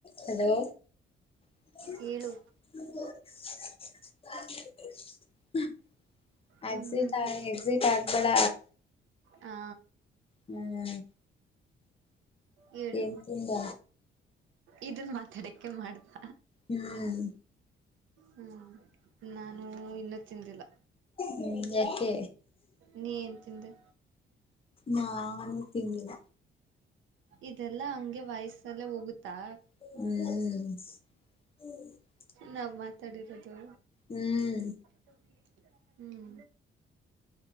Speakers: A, on the left (about 30°); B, on the right (about 75°).
A: ಹಲೋ. <inaudible>
B: ಹೇಳು
A: ಎಕ್ಸಿಟ್
B: ನಮಗೆ
A: ಆ ಎಕ್ಸಿಟ್ ಆಗ್ಬೇಡ.
B: ಹಾ.
A: ಹ್ಮ್.
B: ಹೇಳು
A: ಏನ್ ತಿಂದ
B: ಇದನ್ ಮಾತಾಡಕ್ಕೆ ಮಾಡ್ದ.
A: ಹ್ಮ್
B: ಹ್ಮ ನಾನು ಇನ್ನೂ ತಿಂದಿಲ್ಲ.
A: ಹ್ಮ್ ಯಾಕೆ
B: ನೀ ಏನ್ ತಿಂದೆ
A: ನಾನು ತಿಂದಿಲ್ಲ.
B: ಇದೆಲ್ಲಾ ಹಂಗೆ ವಯಸ್ಸಲ್ಲ ಹೋಗುತ್ತಾ.
A: ಹ್ಮ್.
B: ನಮ್ಮತ್. ಮಾತಾಡಿರೋದು.
A: ಹ್ಮ್
B: ಹ್ಮ್